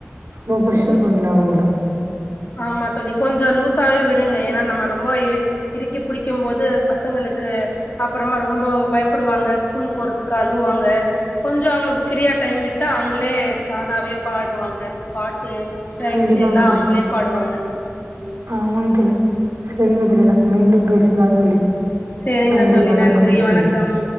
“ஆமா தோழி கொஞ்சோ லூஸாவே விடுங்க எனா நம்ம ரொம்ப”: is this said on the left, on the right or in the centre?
Left